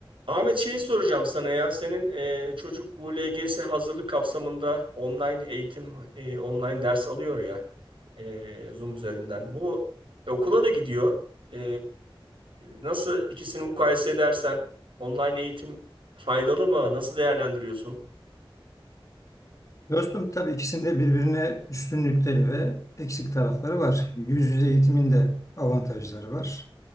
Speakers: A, on the right; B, on the left.
A: Ahmet şeyi soracağım sana ya. Senin e, çocuk bu LGS hazırlık kapsamında online eğitim, e, online ders alıyor ya e, Zoom üzerinden. Bu e, okula da gidiyor. E, nasıl ikisini mukayese edersen online eğitim faydalı mı? Nasıl değerlendiriyorsun?
B: Dostum tabii ikisinde birbirine üstünlükleri ve eksik tarafları var. Yüz yüze eğitimin de avantajları var.